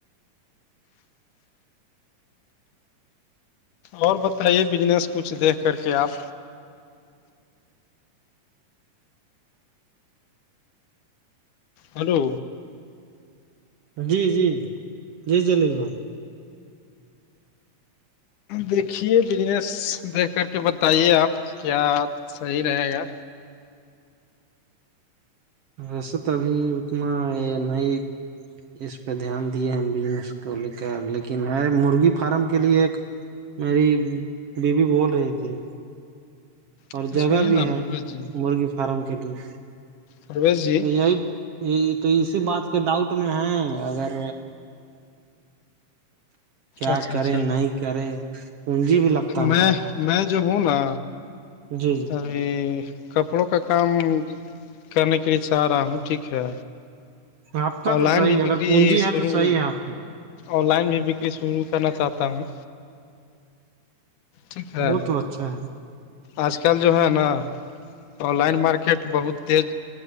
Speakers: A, on the left; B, on the right.
A: اور بتائیے بجنس کچھ دیکھ کر کے آپ ہلو
B: جی جی جی دلیل بھائی
A: دیکھیے بجنس دیکھ کر کے بتائیے آپ کیا صحیح رہے گا
B: ویسے تو ابھی اتنا ہے نہیں اس پہ دھیان دیے ہیں بجنس کو لے کر لیکن ہے مرغی فارم کے لیے ایک میری بیوی بول رہی تھی اور
A: اچھا
B: جگہ
A: سنیے
B: بھی
A: نا
B: ہے
A: پرویز جی
B: مرغی فارم کے لیے
A: پرویز جی
B: تو یہی یہ تو اسی بات کے ڈاؤٹ میں ہے اگر کیا
A: اچھا
B: کرے
A: اچھا
B: نہیں کرے سجی بھی لگتا
A: میں
B: نا ہے
A: میں جو ہوں نا
B: جی جی
A: ارے کپڑوں کا کام کرنے کے لیے چاہ رہا ہوں ٹھیک ہے
B: آپ کا
A: آن
B: تو
A: لائن
B: صحیح
A: بھی
B: ہے
A: بکری
B: اگر پونجی
A: شروع
B: ہے تو صحیح ہے آپ کو
A: آن لائن بھی بکری شروع کرنا چاہتا ہوں ٹھیک ہے
B: وہ تو اچھا ہے
A: آج کل جو ہے نا آن لائن مارکیٹ بہت تیز